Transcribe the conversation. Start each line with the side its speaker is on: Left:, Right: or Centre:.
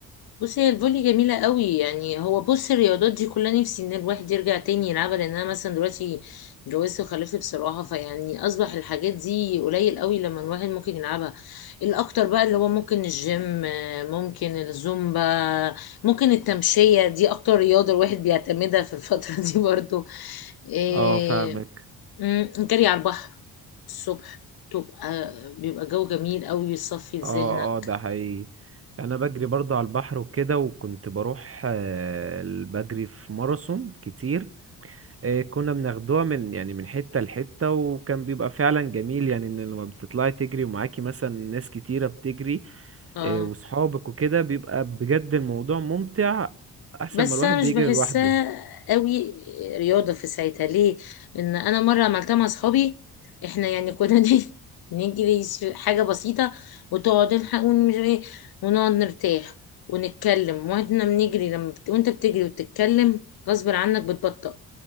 Left: بصي هي الفولي جميلة قوي يعني هو بص الرياضات دي كلها نفسي ان الواحد يرجع تاني يلعبها لان انا مثلا دلوقتي اتجوزت وخلفت بصراحة فيعني اصبح الحاجات دي قليل قوي لما الواحد ممكن يلعبها الاكتر بقى اللي هو ممكن الجيم ممكن الزومبا ممكن التمشية دي اكتر رياضة الواحد بيعتمدها في الفترة <laughs> دي برضو إيه،
Right: اه فاهمك
Left: مم، جري على البحر الصبح تبقى بيبقى جو جميل قوي بيصفي ذهنك
Right: اه اه ده حقيقي انا بجري برضه على البحر وكده وكنت بروح آه، بجري في ماراثون كتير آه، كنا بناخدوها من يعني من حتة لحتة وكان بيبقى فعلا جميل يعني ان لما بتطلعي تجري ومعاكي مثلا ناس كتيرة بتجري
Left: اه
Right: آه، وصحابك وكده بيبقى بجد الموضوع ممتع احسن
Left: بس
Right: ما الواحد
Left: انا
Right: بيجري
Left: مش بحسها
Right: لوحده
Left: قوي رياضه في ساعتها ليه ان انا مره عملتها مع اصحابي احنا يعني كنا <laughs> نيجي نجري ش- حاجه بسيطه وتقعد نلحق ون- مش إيه، ونقعد نرتاح ونتكلم واحنا بنجري لما بت... وانت بتجري وتتكلم غصب عنك بتبطأ